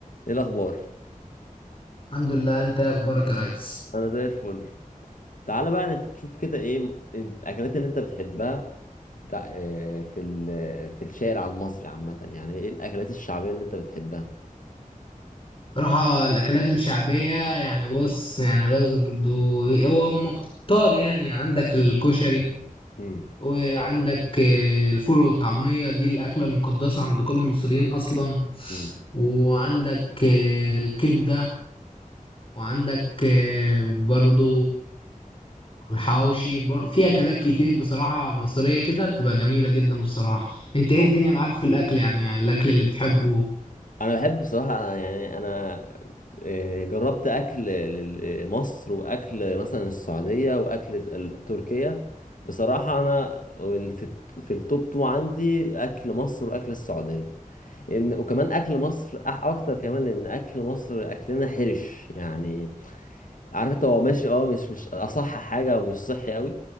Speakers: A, on the left (about 70°); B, on the left (about 40°).
A: ايه الاخبار
B: الحمد لله انت ايه اخبارك يا ريس
A: انا زي الفل تعالى بقى انت تشوف كده ايه م- الاكلات اللي انت بتحبها بتاع آه، في ال- في الشارع المصري عامه يعني ايه الاكلات الشعبيه اللي انت بتحبها
B: صراحة الاكلات الشعبية يعني بص يعني بص برضو هو مكتار يعني عندك الكشري
A: امم
B: وعندك آه، الفول والطعمية دي الاكلة المقدسة عند كل المصريين اصلا
A: امم
B: وعندك آه، الكبدة وعندك آه، برضو الحواوشي بر- في اكلات كتير بصراحة مصرية كده بتبقى جميلة جدا بصراحة انت ايه
A: آه.
B: الدنيا معاك في الاكل يعني الاكل اللي بتحبه
A: انا بحب بصراحه انا يعني انا آه، جربت اكل لل- آه، مصر واكل مثلا السعوديه واكل ال- تركيا بصراحه انا وال- في الت- في التوب تو عندي اكل مصر واكل السعوديه ان وكمان اكل مصر أح- اكتر كمان لان اكل مصر اكلنا حرش يعني عارف انت هو ماشي اه مش مش اصح حاجه ومش صحي قوي